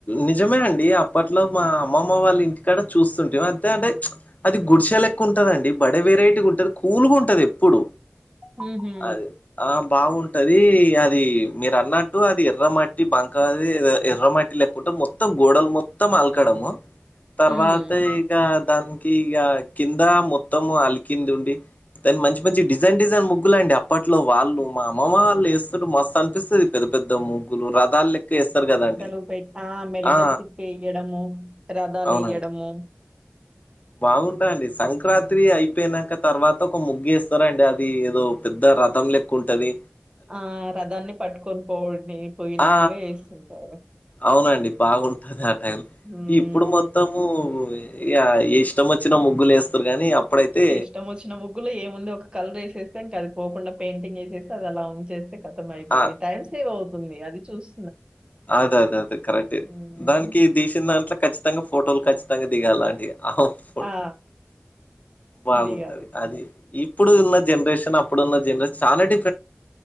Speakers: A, on the left; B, on the right.
A: నిజమే అండి అప్పట్లో మా అమ్మమ్మ వాళ్ళ ఇంటికాడ చూస్తుంటేం అంతే అంటే చ్ అది గుడిసె లెక్క ఉంటందండి బడ వెరైటీగా ఉంటది కూలుగా ఉంటది ఎప్పుడు
B: హుహు.
A: అదే ఆ బాగుంటది అది మీరు అన్నట్టు అది ఎర్ర మట్టి మట్టి బంకాది ఎర్ర మట్టి లెక్క ఉంటది మొత్తం గోడలు మొత్తం ఆలకడము తర్వాత
B: హ్మ్.
A: ఇగ దానికి ఇగ కింద మొత్తం అలికింది ఉండి దాని మంచి మంచి డిజైన్ డిజైన్ ముగ్గులు అండి అప్పట్లో వాళ్ళు మా అమ్మమ్మ వాళ్ళేస్తుండు మస్తు అనిపిస్తది పెద్ద పె ద్ద ముగ్గులు రథాలు లెక్క ఏస్తారు కదండి
B: ఉ పై మెలికలు
A: ఆ
B: తిప్పి ఎయ్యడము రథాలు
A: అవునండి
B: ఎయ్యడము
A: బాగుంటాయండి సంక్రాంతైరా అయిపోయినాక తర్వాత ఒక ముగ్గేస్తారండి అది ఏదో పెద్ద రథం లెక్కుంటది
B: ఆ రథాన్ని పట్టుకొని పోడిని పొయ్యినట్లుగా
A: ఆ
B: ఏస్తుంటారు
A: అవునండి బాగుంటది ఆ టైం
B: హ్మ్.
A: ఇప్పుడు మొత్తము ఇగ ఏ ఇష్టమచ్చిన ముగ్గులేస్తరు గానీ అప్పుడైతే
B: ఇష్టమొచ్చిన ముగ్గులో ఏముంది ఒక కలరేసేస్తే అది పోకుండా పెయింటింగ్ ఏసేస్తే అది అలా ఉంచేస్తే ఖతం అయిపోయిద్ది
A: ఆ
B: టైం సేవ్ ఐతుంది అది చూస్
A: అది అది అది కరెక్ట్
B: హ్మ్.
A: దానికి దీషిన దాంట్లో ఖచ్చితంగా ఫోటోలు ఖచ్చితంగా దిగాలి ఆంటిగ <unintelligible>
B: ఆ!
A: బాగుంటాది
B: దిగాలి.
A: అది ఇప్పుడు ఉన్న జనరేషన్ అప్పుడున్న జనరేషన్ చానా డి